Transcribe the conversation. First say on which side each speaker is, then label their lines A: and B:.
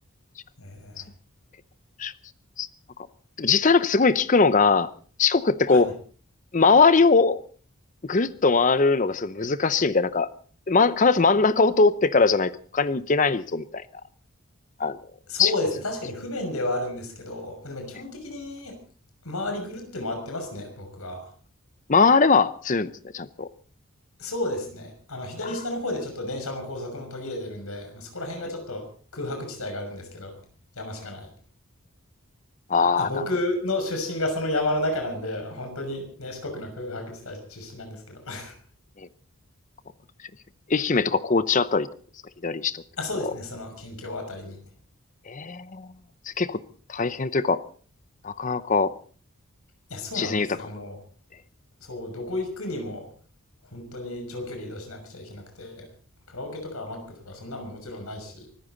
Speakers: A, on the left; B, on the left.
A: 確かにそう、
B: えー、
A: 結構面白そうです。なんか、でも実際なんかすごい聞くのが、四国ってこ
B: はい。
A: う、周りをぐるっと回るのがすごい難しいみたいな、なんか、ま、必ず真ん中を通ってからじゃないと他に行けないぞみたいな、あの、
B: そうですね、
A: 四国線なんでしょ
B: 確かに不便ではあるんですけど、でも基本的に
A: うね。
B: 周りぐるって回ってますね、僕は。
A: 回ればするんですね、ちゃんと。
B: そうですね。あの、左下の方でちょっと電車も高速も途切れてるんで、
A: あ
B: まあ、そこら辺がちょっと空白地帯があるんですけど、
A: ー、え
B: 山しかない。
A: ーえーあーなるほど。
B: あ僕の出身がその山の中なんで、本当にね、四国の空白地帯出身なんですけど。<laughs>
A: えーこう愛媛とか高知あたりってことですか、左下ってことは。
B: あ、そうですね、その県境あたりに。い
A: ええそれ結構大変というか、なかなか
B: や、そうなんですよ、
A: 自然豊かな。
B: も
A: え
B: う。そう、どこ行くにも、本当に長距離移動しなくちゃいけなくて、カラオケとかマックとかそんなんももちろんないし、